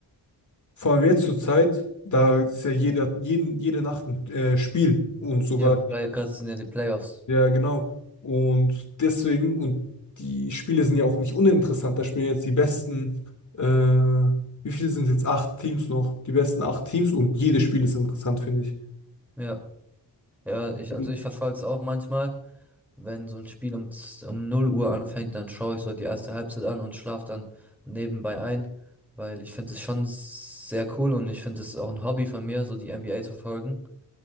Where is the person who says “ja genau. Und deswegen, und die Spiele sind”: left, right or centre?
Left